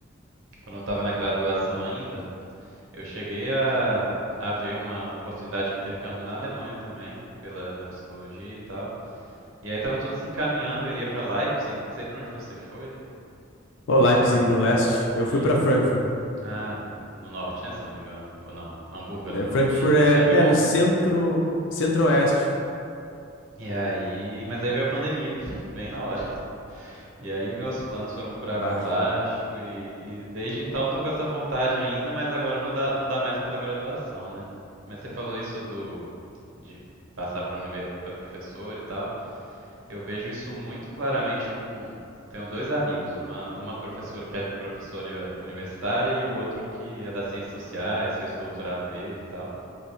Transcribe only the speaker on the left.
Ô, Leipzig
no leste. Eu
fui para Frankfurt.
É,
Frankfurt é,
é no centro, centro-oeste.
Bah.